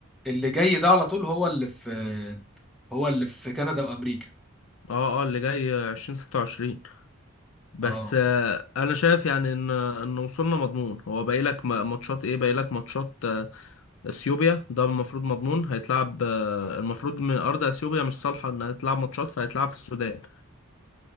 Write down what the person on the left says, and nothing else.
اه اللي جاي 2026 بس
آه، انا شايف يعني ان ان وصولنا مضمون هو باقي لك م- ماتشات ايه باقي لك ماتشات آه، اثيوبيا ده المفروض مضمون هيتلعب آه، المفروض من ارض اثيوبيا مش صالحه انها تلعب ماتشات فهيتلعب في السودان